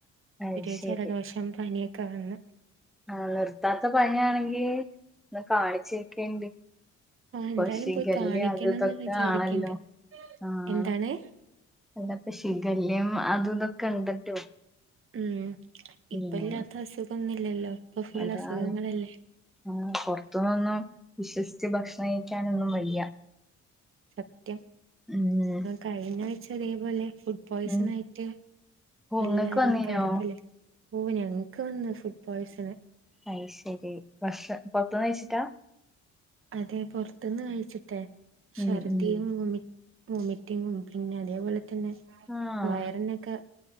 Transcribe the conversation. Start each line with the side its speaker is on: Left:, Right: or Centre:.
Centre: അയ്ശരി
Right: ചെറിയ ജലദോഷം, പനിയൊക്കെ വന്ന്.
Centre: ആഹ് നിർത്താത്ത പനിയാണെങ്കിൽ ഒന്ന് കാണിച്ചേക്കേണ്ടീ.
Right: ആഹ് എന്തായാലും
Centre: പ്പോ ഷിഗല്ല
Right: പോയി കാണിക്കണംന്ന്
Centre: അത് ഇതൊക്കെ
Right: വിചാരിക്ക്ണ്ട്
Centre: ആണല്ലോ ആഹ്.
Right: എന്താണ്
Centre: ന്താ പ്പോ ഷിഗല്ല അതുംഇതൊക്കെ ഉണ്ടല്ലോ
Right: ഉം ഇപ്പ
Centre: ഉം
Right: ഇല്ലാത്ത അസുഖങ്ങൾന്നുല്ലല്ലോ ഇപ്പൊ ഫുൾ
Centre: അതാണ്
Right: അസുഖങ്ങളല്ലേ?
Centre: ആഹ് പുറത്തുന്നൊന്നും വിശ്വസിച്ച് ഭക്ഷണം കഴിക്കാനൊന്നും വയ്യ
Right: സത്യം
Centre: ഉം
Right: കഴിഞ്ഞ ആഴ്ച ഇതേപോലെ പോയ്സൺ
Centre: ഉം
Right: ആയിട്ട്
Centre: ഓ
Right: എല്ലാരും
Centre: ഇങ്ങക്ക് വന്നീനോ
Right: കിടപ്പിലാ ഓഹ് ഞങ്ങക്ക് വന്നു ഫുഡ് പോയ്സണ്
Centre: അയ് ശരി ഭക്ഷണ പുറത്ത് ന്ന് കഴിച്ചിട്ടാ
Right: അതെ പുറത്തുന്ന് കഴിച്ചിട്ടെ ഛർദിയും
Centre: ഉം ഉം
Right: ഒമിറ്റ്- വോമിറ്റിങ്ങും പിന്നെ അതേപോലെ തന്നെ
Centre: ആഹ്
Right: വയറിനൊക്കെ